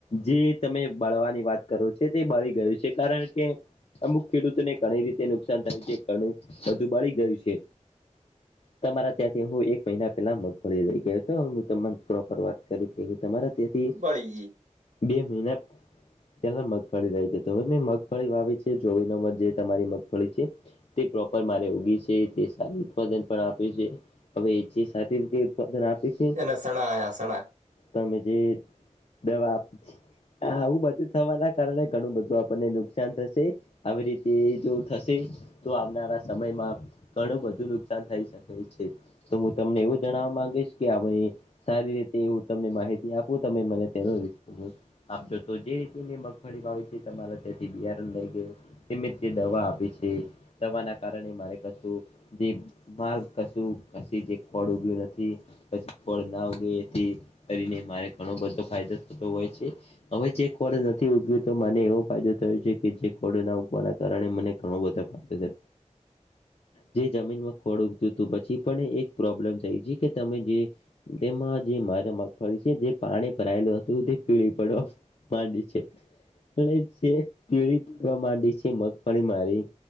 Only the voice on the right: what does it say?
બળી ગઈ
એના સણા આયા સણા